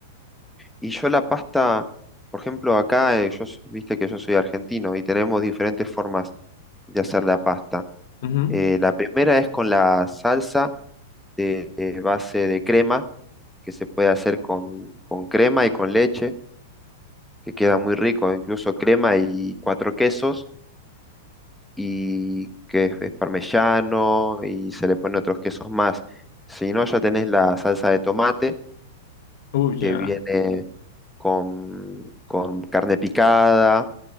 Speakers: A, in the centre; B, on the left.
A: Y yo la pasta, por ejemplo, acá, eh, yo, s- viste que yo soy argentino y tenemos diferentes formas de hacer la pasta.
B: Ujú.
A: Eh, la primera es con la salsa de, de base de crema, que se puede hacer con, con crema y con leche, que queda muy rico, incluso crema y cuatro quesos. y que es, es parmesano y se le ponen otros quesos más. Si no, ya tenés la salsa de tomate
B: Uy
A: que
B: ya.
A: viene con, con carne picada